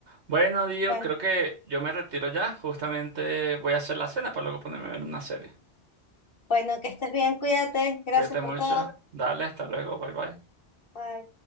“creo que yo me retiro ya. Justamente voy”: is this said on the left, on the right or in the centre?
Right